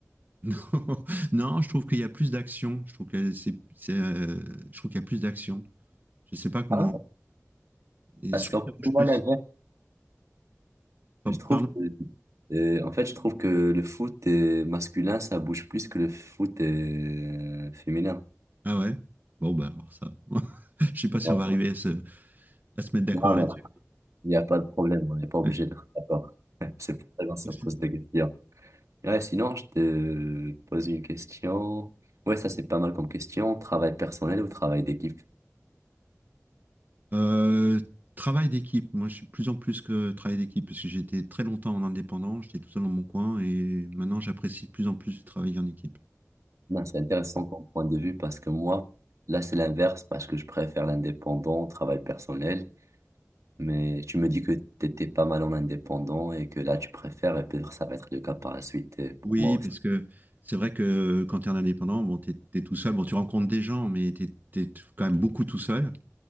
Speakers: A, on the right; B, on the right.
A: Non, <laughs> non je trouve qu'il y a plus d'action. Je trouve que c'est, c'est, euh, je trouve qu'il y a plus d'action. Je sais pas comment.
B: Ah,
A: et
B: parce
A: je trouve
B: qu'en
A: que
B: fait,
A: ça bouge
B: moi,
A: plus.
B: la
A: Pa-
B: Je trouve
A: Pardon?
B: que, euh, en fait, je trouve que le foot euh, masculin, ça bouge plus que le foot euh, féminin.
A: Ah ouais? Bon, bah, alors ça. <laughs> Je sais pas si
B: Non,
A: on va arriver à se, à se mettre d'accord
B: non,
A: là-dessus.
B: mais il n'y a pas de problème, on n'est pas obligé
A: Ouais.
B: d'être d'accord. <laughs> C'est pour ça qu'on se
A: <laughs>
B: pose des questions. Ouais, sinon, je te pose une question. Ouais, ça, c'est pas mal comme question. Travail personnel ou travail d'équipe?
A: Euh, travail d'équipe. Moi, je suis plus en plus que travail d'équipe parce que j'étais très longtemps en indépendant. J'étais tout seul dans mon coin et maintenant, j'apprécie de plus en plus de travailler en équipe.
B: Non, c'est intéressant comme point de vue parce que moi, là, c'est l'inverse parce que je préfère l'indépendant, au travail personnel. Mais tu me dis que tu étais pas mal en indépendant et que là, tu préfères, et peut-être ça va être le cas par la suite euh,
A: Oui,
B: pour moi aussi.
A: parce que c'est vrai que quand tu es un indépendant, bon, t'es, t'es tout seul, bon, tu rencontres des gens, mais t'es, t'es quand même beaucoup tout seul.